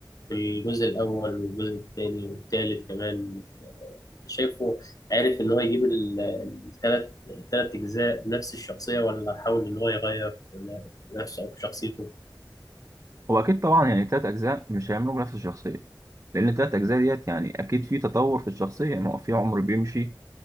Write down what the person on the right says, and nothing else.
هو اكيد طبعا يعني تلات اجزاء مش هيعملوا نفس الشخصيه لان التلات اجزاء ديت يعني اكيد في تطور في الشخصيه ما هو في عمر بيمشي